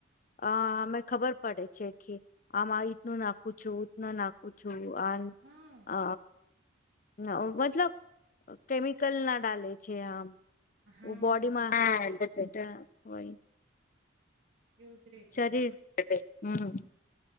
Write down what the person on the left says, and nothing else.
અમે ખબર પડે છે કે આમ નું નાખું છુંનું નાખું છું. <unintelligible>
અ મતલબ કેમિકલ ના ડલેે છે આમ <unintelligible>
બડી
મા એ હોય <unintelligible>
શરીર
હમ હ <unintelligible>